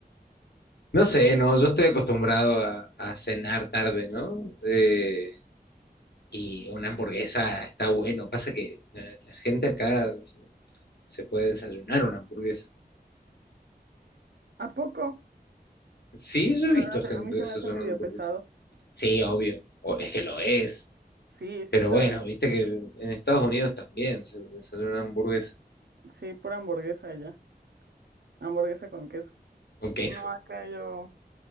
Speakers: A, on the left; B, on the right.
A: no sé, no. Yo estoy acostumbrado a, a cenar tarde, ¿no? Eh, y una hamburguesa está bueno. Pasa que eh, la gente acá se se puede desayunar una hamburguesa.
B: ¿A poco?
A: Sí, yo he visto
B: Ah,
A: gente
B: A mí se
A: desayunando
B: me hace medio
A: hamburguesa.
B: pesado.
A: Sí, obvio. o- es que lo es.
B: Sí, sí
A: Pero
B: está,
A: bueno, viste que en Estados Unidos también se, se hace una hamburguesa
B: sí, pura hamburguesa ya. Hamburguesa con queso.
A: con queso.
B: No, acá yo,